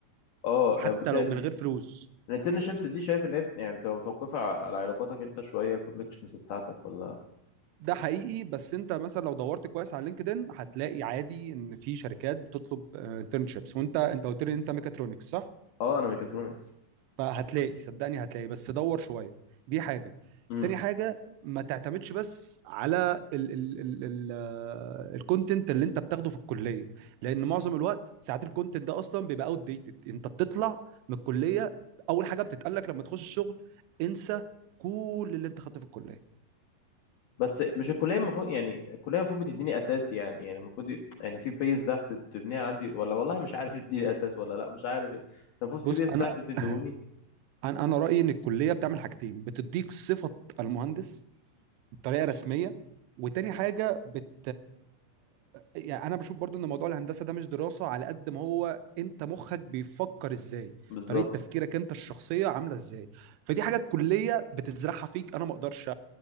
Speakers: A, on the left (about 85°); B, on the right (about 80°).
A: اه
B: حتى
A: يعني بالتالي
B: لو من غير فلوس
A: الانترنشيبس دي شايف ان هي بت- يعني بتبقى متوقفة على علاقاتك انت شوية الكونكشنز بتاعتك ولا
B: ده حقيقي بس انت مثلا لو دورت كويس على لينكدين هتلاقي عادي ان في شركات بتطلب انترنشيبس وانت انت قلت لي انت ميكاترونكس صح
A: اه انا ميكاترونكس
B: فهتلاقي صدقني هتلاقي بس دور شويه دي حاجه
A: امم
B: تاني حاجه ما تعتمدش بس على ال ال ال ال الكونتنت اللي انت بتاخده في الكليه لان معظم الوقت ساعات الكونتنت ده اصلا بيبقى اوت ديتد انت بتطلع من الكليه اول حاجه بتتقال لك لما تخش الشغل انسى كل اللي انت خدته في الكليه
A: بس مش الكلية المفروض يعني الكلية المفروض بتديني اساسي يعني يعني المفروض ي- يعني في بيز تحت بتبنيها عندي ولا والله مش عارف <laughs> تديني اساس ولا لا مش عارف يعني. بس المفروض في
B: بص
A: بيز
B: انا
A: تحت بتديهوني
B: <laughs> انا انا رايي ان الكليه بتعمل حاجتين بتديك صفه المهندس بطريقه رسميه وتاني حاجه بت يعني انا بشوف برضو ان موضوع الهندسه ده مش دراسه على قد ما هو انت مخك بيفكر ازاي
A: بالظبط
B: طريقه تفكيرك انت الشخصيه عامله ازاي فدي حاجه الكليه بتزرعها فيك انا ما اقدرش